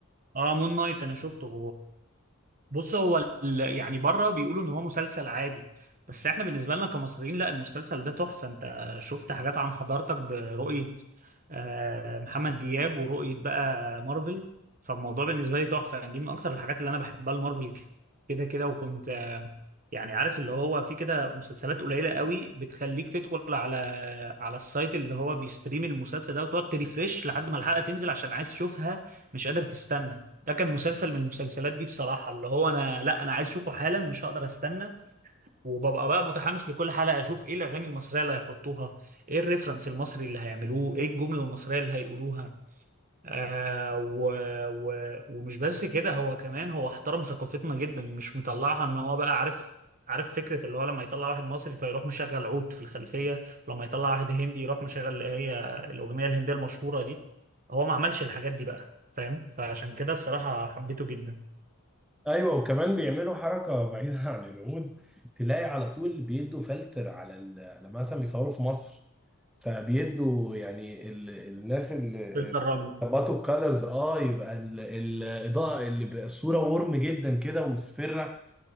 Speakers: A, on the right; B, in the centre.
A: اه مون نايت أنا شفته بص هو ال- يعني بره بيقولوا ان هو مسلسل عادي بس احنا بالنسبه لنا كمصريين لا المسلسل ده تحفه انت شفت حاجات عن حضارتك برؤيه آه، محمد دياب ورؤيه بقى مارفل فالموضوع بالنسبه لي تحفه يعني دي من اكتر الحاجات اللي انا بحبها المارفل كده كده وكنت آه، يعني عارف اللي هو في كده مسلسلات قليله قوي بتخليك تدخل على على السايت اللي هو بيستريم المسلسل ده وتقعد تريفريش لحد ما الحلقه تنزل عشان عايز تشوفها مش قادر تستنى ده كان مسلسل من المسلسلات دي بصراحة اللي هو أنا لا أنا عايز أشوفه حالا مش هقدر أستنى وببقى بقى متحمس لكل حلقة أشوف إيه الأغاني المصرية اللي هيحطوها إيه الريفرنس المصري اللي هيعملوه إيه الجملة المصرية اللي هيقولوها آه و و ومش بس كده هو كمان هو احترم ثقافتنا جدا مش مطلعها ان هو بقى عارف عارف فكرة اللي هو لما يطلع واحد مصري فيروح مشغل عود في الخلفية لما يطلع واحد هندي يروح مشغل اللي هي الأغنية الهندية المشهورة دي هو ما عملش الحاجات دي بقى فاهم فعشان كده الصراحة حبيته جدا
B: ايوه وكمان بيعملوا حركه بعيده <laughs> عن العمود تلاقي على طول بيدوا فلتر على ال... لما مثلا بيصوروا في مصر فبيدوا يعني ال... الناس اللي
A: فلتر الرمل
B: ظبطوا الكالرز اه يبقى ال... الاضاءه اللي بقى الصوره ورم جدا كده ومصفره